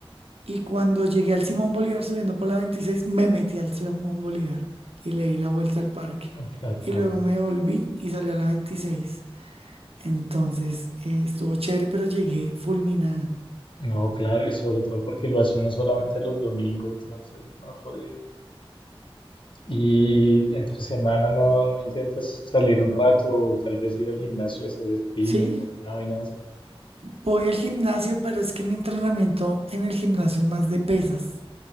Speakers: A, on the right; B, on the left.
A: y cuando llegué al Simón Bolívar subiendo por la 26, me metí al Simón Bolívar y le di la vuelta al parque.
B: Exacto.
A: Y luego me volví y salí a la 26. Entonces, eh, estuvo chévere, pero llegué fulminada.
B: No, claro, y sobre todo porque lo hace uno solamente los domingos, entonces, no, jodido. Y entre semana no, no intentas salir un rato o tal vez ir al gimnasio a hacer spinning
A: Sí,
B: o alguna vaina de esas.
A: voy al gimnasio, pero es que mi entrenamiento en el gimnasio es más de pesas.